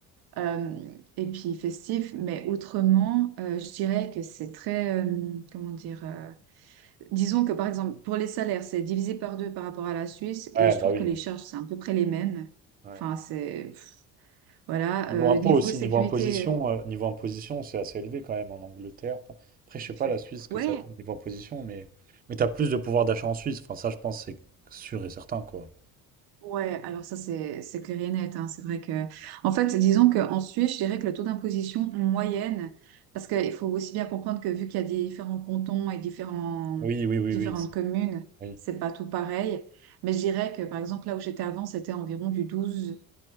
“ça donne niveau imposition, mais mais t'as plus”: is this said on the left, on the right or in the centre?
Right